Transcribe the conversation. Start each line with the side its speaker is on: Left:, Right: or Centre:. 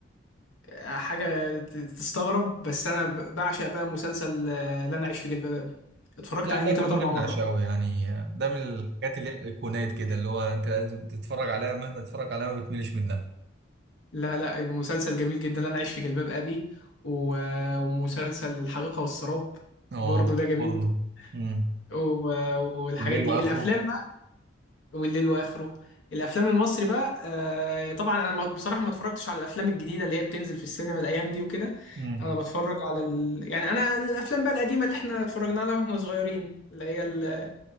Left: حاجة ت- تستغرب بس أنا ب- بعشق بقى مسلسل آه، لا أنا أعيش في جلباب أبي اتفرجت
Right: لا
Left: عليه
Right: ده
Left: يجي
Right: كلنا
Left: تلات أربع
Right: بنعشقه
Left: مرات
Right: يعني ده من الحاجات اللي هي الايقونات كده اللي هو انت لازم تتفرج عليها مهما تتفرج عليها ما بتملش منها
Left: لا لا مسلسل جميل جدا لا أنا أعيش في جلباب أبي و- ومسلسل الحقيقة والسراب
Right: اه
Left: برضه ده جميل
Right: برضه امم
Left: و- والحاجات
Right: الليل
Left: دي
Right: واخره
Left: الأفلام بقى والليل وآخره الأفلام المصري بقى آه، طبعا أنا ما- بصراحة ما اتفرجتش على الأفلام الجديدة اللي هي بتنزل في السينما الأيام دي وكده
Right: امم
Left: أنا بتفرج على ال... يعني أنا الأفلام بقى القديمة اللي إحنا اتفرجنا عليها وإحنا صغيرين اللي هي ال...